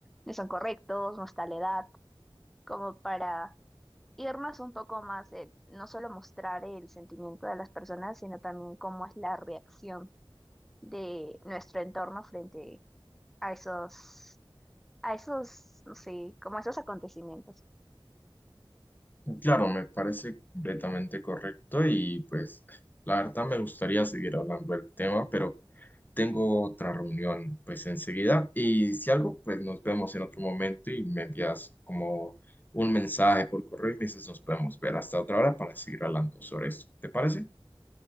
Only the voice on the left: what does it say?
Claro, me parece completamente correcto y pues la verdad me gustaría seguir hablando del tema, pero tengo otra reunión pues enseguida y si algo pues nos vemos en otro momento y me envías como un mensaje por correo y me dices nos podemos ver hasta otra hora para seguir hablando sobre esto. ¿Te parece?